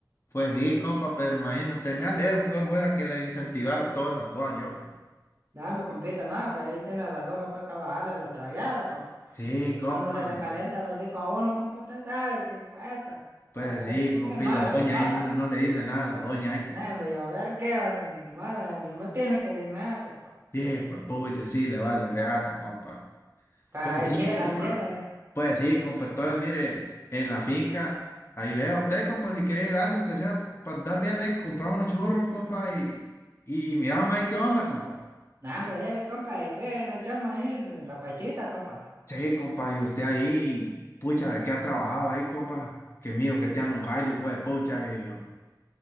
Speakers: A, on the left; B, on the right.
A: Pues sí, compa, pero imagínate, me alegro, peor fuera que le incentivara todas esas cosas, yo.
B: No, hombre, compita, no, pues ahí tiene razón, compa, hay que bajarle la tragada, compa.
A: Sí,
B: Es que cuando
A: compa,
B: se le calienta los hocico a uno, compa, usted sabe que cuesta.
A: pues
B: A
A: sí,
B: veces son
A: compa,
B: semanas
A: y la doña
B: de pata,
A: ahí no,
B: compa.
A: no no le dice nada a la doña ahí, compa.
B: No, hombre, yo vergueo esos animales, a mí no me tiene que decir nada, compa.
A: Sí, pues puche, sí, le vale reata, compa.
B: Pero
A: Pues
B: ahí
A: sí,
B: sí,
A: compa,
B: la india, ¿sabes?
A: pues sí, compa, entonces mire, en la finca, ahí vea usted, compa, si quiere llegarse, aunque sea para andar viendo ahí, comprar unos churros, compa, y, y miramos ahí qué onda, compa.
B: No, hombre, dele, compa, y ven, le echamos ahí la pachita, compa.
A: Sí, compa, y usted ahí, pucha, ¿de qué ha trabajado ahí, compa? Que miro que te han un los hijo de pucha, y yo,